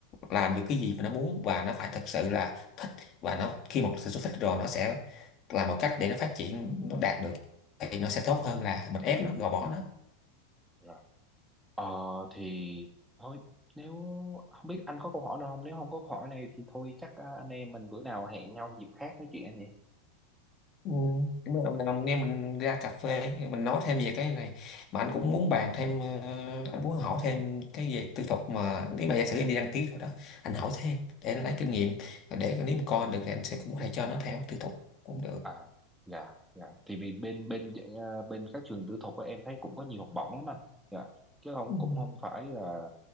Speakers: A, on the left; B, in the centre.
A: làm được cái gì mà nó muốn và nó phải thật sự là thích và nó khi một sự thích rồi nó sẽ làm một cách để nó phát triển nó đạt được thì nó sẽ tốt hơn là mình ép nó gò bó nó
B: rồi ờ thì thôi nếu không biết anh có câu hỏi nào không nếu không có câu hỏi này thì thôi chắc à, anh em mình bữa nào hẹn nhau dịp khác nói chuyện anh nhỉ
A: Ừ, cảm ơn ông Nam nghe mình ra cà phê mình nói thêm về cái này mà anh cũng muốn bàn thêm ờ, anh muốn hỏi thêm cái về tư thục mà nếu mà giả sử em đi đăng ký rồi đó anh hỏi thêm để anh lấy kinh nghiệm và để nếu mà con được thì anh sẽ cũng có thể cho nó theo tư thục cũng được
B: à dạ dạ thì vì bên bên à, bên các trường tư thục á, em thấy cũng có nhiều học bổng lắm anh dạ chứ không
A: ừ,
B: cũng không phải là